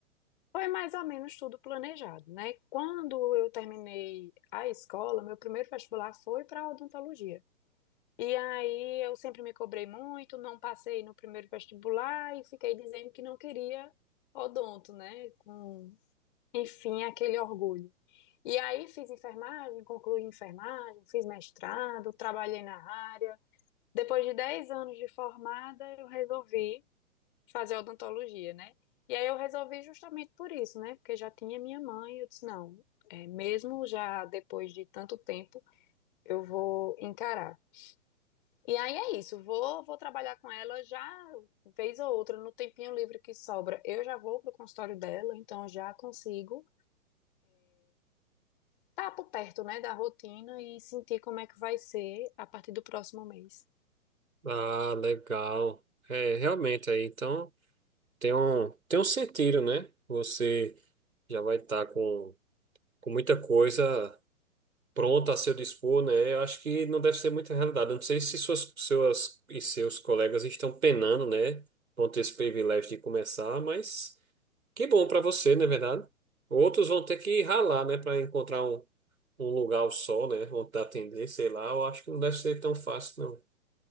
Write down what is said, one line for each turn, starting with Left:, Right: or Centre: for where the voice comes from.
Left: Foi mais ou menos tudo planejado, né? Quando eu terminei a escola, meu primeiro vestibular foi para odontologia. E aí eu sempre me cobrei muito, não passei no primeiro vestibular e fiquei dizendo que não queria odonto, né? Com, enfim, aquele orgulho. E aí fiz enfermagem, concluí enfermagem, fiz mestrado, trabalhei na área. Depois de 10 anos de formada, eu resolvi fazer odontologia, né? E aí eu resolvi justamente por isso, né? Porque já tinha minha mãe, eu disse, não, é, mesmo já depois de tanto tempo, eu vou encarar. E aí é isso, vou, vou trabalhar com ela já vez ou outra, no tempinho livre que sobra. Eu já vou pro consultório dela, então já consigo estar por perto, né, da rotina e sentir como é que vai ser a partir do próximo mês.
Right: Ah, legal. É, realmente aí, então tem um, tem um sentido, né? Você já vai estar com, com muita coisa pronta a seu dispor, né? Eu acho que não deve ser muita realidade. Eu não sei se suas, suas e seus colegas estão penando, né? Vão ter esse privilégio de começar, mas que bom para você, não é verdade? Outros vão ter que ralar, né? Para encontrar um, um lugar ao sol, né? Vão te atender, sei lá. Eu acho que não deve ser tão fácil, não.